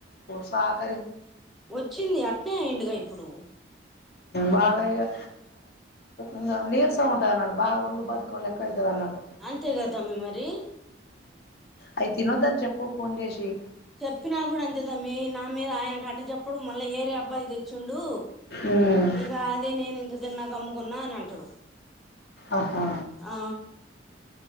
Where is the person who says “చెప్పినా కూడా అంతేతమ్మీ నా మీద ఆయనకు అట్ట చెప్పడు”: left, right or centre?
Centre